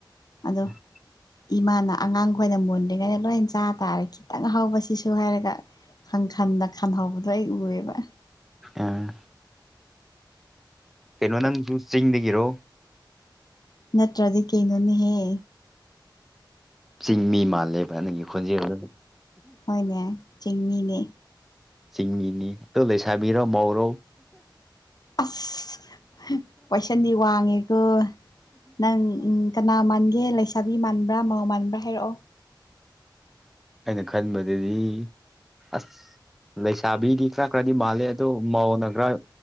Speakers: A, on the left; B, in the centre.
A: ꯑꯗꯣ
B: <inaudible>
A: ꯏꯃꯥꯅ ꯑꯉꯥꯡ ꯈꯣꯏꯅ ꯃꯨꯗ꯭ꯔꯤꯉꯩꯗ ꯂꯣꯏ ꯆꯥ ꯇꯥꯔꯦ ꯈꯤꯇꯪ ꯍꯧꯕꯁꯤꯁꯨ ꯍꯥꯏꯔꯒ ꯈꯟꯈꯟꯗ ꯈꯟꯍꯧꯕꯗꯣ ꯑꯩ ꯎꯏꯕ
B: ꯑꯥ ꯀꯩꯅꯣ ꯅꯪꯁꯨ ꯆꯤꯡꯗꯒꯤꯔꯣ
A: ꯅꯠꯇ꯭ꯔꯗꯤ ꯀꯩꯅꯣꯅꯦꯍꯦ
B: ꯆꯤꯡꯃꯤ ꯃꯥꯜꯂꯦꯕ ꯅꯪꯒꯤ ꯈꯣꯟꯖꯦꯜꯗꯨ
A: ꯍꯣꯏꯅꯦ ꯆꯤꯡꯃꯤꯅꯦ
B: ꯆꯤꯡꯃꯤꯅꯤ ꯇꯣ ꯂꯩꯁꯥꯕꯤꯔꯣ ꯃꯧꯔꯣ
A: ꯑꯁ ꯄꯣꯏꯁꯟꯗꯤ ꯋꯥꯡꯉꯦꯀꯣ ꯅꯪ ꯎꯝ ꯀꯅꯥ ꯃꯥꯟꯒꯦ ꯂꯩꯁꯥꯕꯤ ꯃꯥꯟꯕ꯭ꯔꯥ ꯃꯥꯎ ꯃꯥꯟꯕ꯭ꯔꯥ ꯍꯥꯏꯔꯛꯑꯣ
B: ꯑꯩꯅ ꯈꯟꯕꯗꯗꯤ ꯑꯁ ꯂꯩꯁꯥꯕꯤꯗꯤ ꯈꯔ ꯈꯔꯗꯤ ꯃꯥꯜꯂꯦ ꯑꯗꯣ ꯃꯧꯅ ꯈꯔ